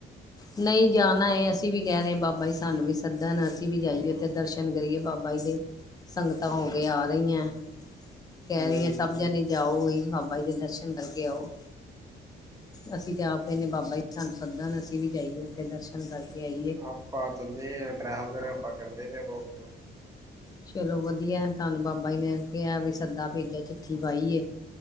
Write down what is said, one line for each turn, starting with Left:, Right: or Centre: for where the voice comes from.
Left: ਨਹੀਂ ਜਾਣਾ ਹੈ ਅਸੀਂ ਵੀ ਕਹਿ ਰਹੇ ਹਾਂ ਬਾਬਾ ਜੀ ਸਾਨੂੰ ਵੀ ਸੱਦਣ ਅਸੀਂ ਵੀ ਜਾਈਏ ਫਿਰ। ਦਰਸ਼ਨ ਕਰੀਏ ਬਾਬਾ ਜੀ ਦੇ ਸੰਗਤਾਂ ਹੋ ਕੇ ਆ ਰਹੀਆਂ। ਕਹਿ
Right: ਹਮ
Left: ਰਹੀ ਹਾਂ ਸਭ ਜਾਣੇ ਜਾਓ ਬਾਬਾ ਜੀ ਦੇ ਦਰਸ਼ਨ ਕਰਕੇ ਆਓ। ਅਸੀਂ ਤੇ ਆਪ ਕਹਿੰਦੇ ਬਾਬਾ ਜੀ ਸਾਨੂੰ ਸੱਦਣ ਅਸੀਂ ਵੀ ਜਾਈਏ ਉੱਥੇ ਦਰਸ਼ਨ ਕਰਕੇ ਆਈਏ।
Right: ਆਪਾਂ ਤਿੰਨੇ ਆ ਡਰੈਵਰ ਆਪਾਂ ਕਰਦੇ ਆ ਬਹੁਤ ਕੁਝ।
Left: ਚਲੋ ਵਧੀਆ ਤੁਹਾਨੂੰ ਬਾਬਾ ਜੀ ਨੇ ਕਿਹਾ ਵੀ, ਸੱਦਾ ਭੇਜਿਆ, ਚਿੱਠੀ ਪਾਈ ਏ